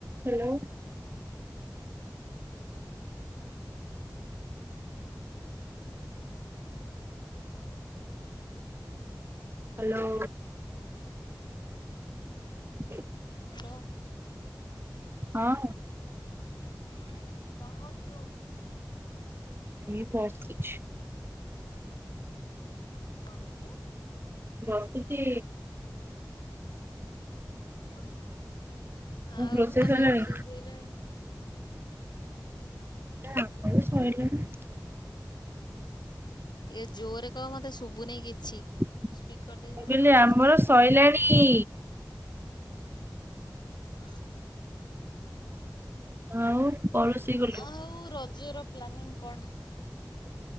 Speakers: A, on the right; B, on the left.
A: Hello. Hello. <inaudible>
B: Hello.
A: ହଁ
B: ହୁଁ କଁ କରୁଚୁ?
A: ଏଇ ବସିଛି।
B: କଁ କରୁଚୁ?
A: ବସିଚି।
B: ଓହୋ ଆଉ
A: ରୋଷେଇ
B: ତମର
A: ସରିଲାଣି?
B: ରୋଷେଇ ସଇଲାଣି?
A: ଆମର ସଇଲାଣି।
B: ଟିକେ ଜୋରେ କହ ମତେ ଶୁବୁନେଇ କିଛି?
A: ମୁଁ
B: ସ୍ପିକର ଦେଇକି ର
A: କହିଲି
B: ଶୁଭୁନି
A: ଆମର ସଇଲାଣି।
B: ଅଁହଁ।
A: ଆଉ ପଳୋଶୀ ଗଲୁ।
B: ଆଉ ରଜର ପ୍ଲାନିଂ କଣ?